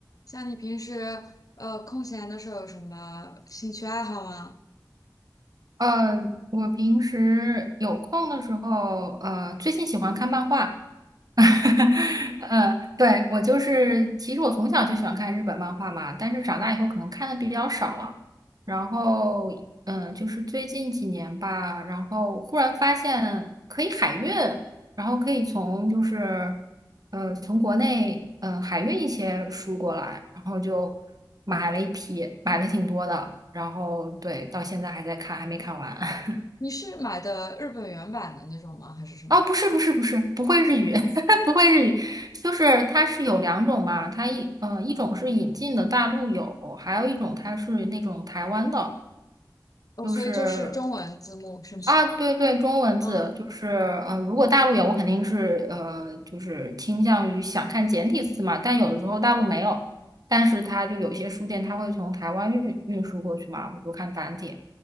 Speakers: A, on the left; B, on the right.
A: 像你平时呃空闲的时候有什么兴趣爱好吗？
B: 呃，我平时有空的时候，呃，最近喜欢看漫画，<laughs> 嗯，对，我就是，其实我从小就喜欢看日本漫画嘛，但是长大以后可能看的比较少了。然后，嗯，就是最近几年吧，然后忽然发现可以海运，然后可以从就是，嗯，从国内嗯海运一些书过来，然后就买了一批，买了挺多的，然后对，到现在还在看，还没看完。<laughs>
A: 你是买的日本原版的那种吗？还是什么？
B: 哦，不是不是不是，不会日语，<laughs> 不会日语，就是它是有两种嘛，它一呃一种是引进的大陆有，还有一种它是那种台湾的，
A: 哦，
B: 就是
A: 所以就是中文字幕是吗？
B: 啊对对，中文字就是呃如果大陆有，
A: 嗯，
B: 我肯定是呃就是倾向于想看简体字嘛，但有的时候大陆没有，但是它就有些书店它会从台湾运运输过去嘛，我就看繁体，